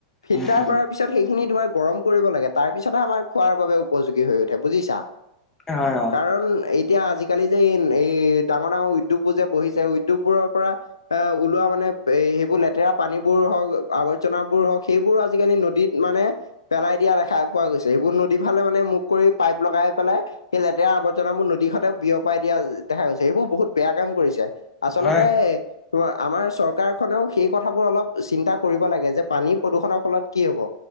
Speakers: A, on the left; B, on the left.
A: ফিল্টাৰ
B: উম উম
A: কৰা তাৰপিছত সেইখিনি তোমাৰ গৰম কৰিব লাগে। তাৰ পিছতহে আমাৰ খোৱাৰ বাবে উপযোগী হৈ উঠে বুজিছা।
B: হয় হয়
A: কাৰণ এতিয়া আজিকালি যে এই ডাঙৰ - ডাঙৰ উদ্যোগবোৰ যে বহি উদ্যোগবোৰৰ পৰা এ ওলোৱা মানে এ সেইবোৰ লেতেৰা পানীবোৰ হওক আৱৰ্জনাবোৰ হওক সেইবোৰ আজিকালি নদীত মানে পেলাই দিয়া দেখা পোৱা গৈছে। সেইবোৰ নদী ফালে মানে মুখ কৰি পাইপ লগাই পেলাই সেই লেতেৰা আৱৰ্জনাবোৰ নদীখনতে বিয়পাই দিয়া য দেখা গৈছে সেইবোৰ বহুত বেয়া কাম কৰিছে আচলতে
B: অ হয়
A: ত আমাৰ চৰকাৰখনেও সেই কথাবোৰ অলপ চিন্তা কৰিব লাগে যে পানী প্ৰদূষণৰ ফলত কি হব।